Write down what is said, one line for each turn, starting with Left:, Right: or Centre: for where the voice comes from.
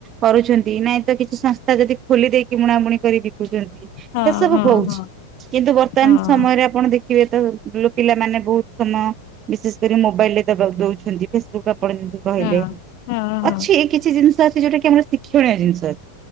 Right: କରୁଛନ୍ତି। ନାଇଁ ତ କିଛି ସଂସ୍ଥା ଯଦି ଖୋଲି ଦେଇକି ବୁଣାବୁଣି କରିବେ। <inaudible> ସେ
Left: ହଁ
Right: ସବୁ
Left: ହଁ
Right: ହଉଛି
Left: ହଁ
Right: କିନ୍ତୁ ବର୍ତ୍ତମାନ
Left: ହଁ।
Right: ସମୟରେ ଆପଣ ଦେଖିବେ ତ ଲୋ ପିଲାମାନେ ବହୁତ ସମୟ ବିଶେଷ କରି ମୋବାଇଲରେ ଦବା ଦଉଛନ୍ତି। ଫେସବୁକ୍ ଆପଣ ଯେମିତି କହିଲେ
Left: ହଁ ହଁ ହଁ
Right: ଅଛି କିଛି ଜିନିଷର୍ ଯଉଟା କି ଆମର ଶିକ୍ଷଣୀୟ ଜିନିଷ ଅଛି।